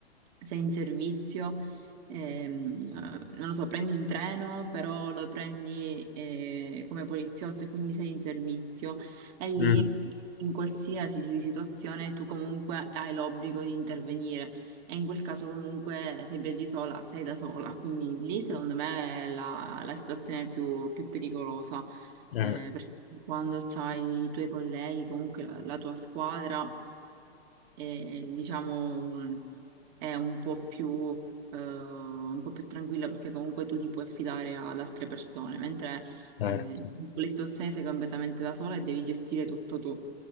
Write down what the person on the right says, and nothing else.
sei in servizio, ehm, eh, non lo so, prendi un treno, però lo prendi eh, come poliziotto e quindi sei in servizio e lì
in qualsiasi situazione tu comunque hai l'obbligo di intervenire. E in quel caso comunque se viaggi sola sei da sola, quindi lì secondo me è la, la situazione più, più pericolosa,
eh, perché quando c'hai i tuoi colleghi, comunque la, la tua squadra, eh, diciamo, mh, è un po' più, eh, un po' più tranquilla perché comunque tu ti puoi affidare ad altre persone, mentre
eh, le situazioni sei completamente da sola e devi gestire tutto tu.